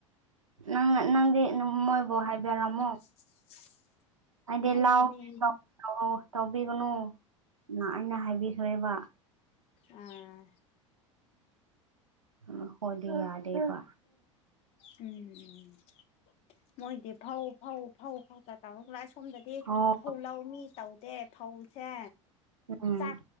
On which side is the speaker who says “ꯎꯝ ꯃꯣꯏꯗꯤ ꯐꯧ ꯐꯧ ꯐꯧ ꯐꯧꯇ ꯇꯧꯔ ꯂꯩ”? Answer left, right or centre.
Left